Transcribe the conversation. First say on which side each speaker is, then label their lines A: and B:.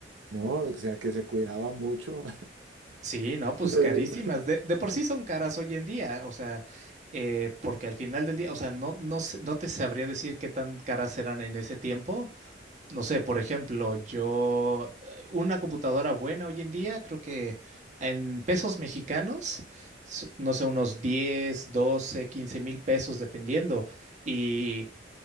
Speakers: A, on the right; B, on the right.
A: ¿no? O sea, que se cuidaba mucho.
B: Sí, no, pues
A: <laughs>
B: carísimas. De, de por sí son caras hoy en día, o sea, eh, porque al final del día, o sea, no, no, sé- no te sabría decir qué tan caras eran en ese tiempo, No sé, por ejemplo, yo, eh, una computadora buena hoy en día, creo que en pesos mexicanos, s- no sé, unos 10, 12, quince mil pesos dependiendo. Y